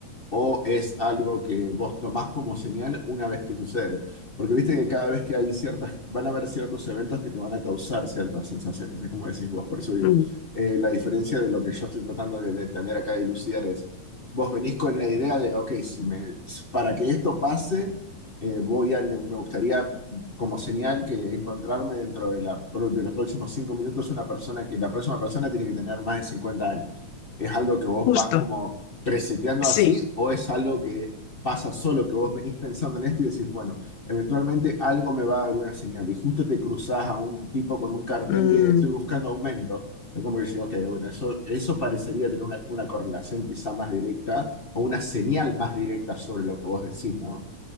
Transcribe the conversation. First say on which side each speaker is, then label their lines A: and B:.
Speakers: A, on the left (about 40°); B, on the left (about 75°).
A: o es algo que vos tomás como señal una vez que sucede. Porque viste que cada vez que hay ciertas, van a haber ciertos eventos que te van a causar ciertas sensaciones, es como decís vos. Por eso digo,
B: Mm,
A: eh, la diferencia de lo que yo estoy tratando de entender acá y dilucidar es, vos venís con la idea de, ok, si me, para que esto pase, eh, voy a, me, me gustaría como señal que encontrarme dentro de, la, pro- de los próximos cinco minutos una persona que la próxima persona tiene que tener más de 50 años. Es algo que vos
B: justo,
A: vas como preseteando
B: sí,
A: así o es algo que pasa solo, que vos venís pensando en esto y decís, bueno, eventualmente algo me va a dar una señal y justo te cruzás a un tipo con un cartel
B: Mm,
A: de estoy buscando aumento. Es como que digo, ok, bueno, eso, eso parecería tener una, una correlación quizá más directa o una señal más directa sobre lo que vos decís, ¿no?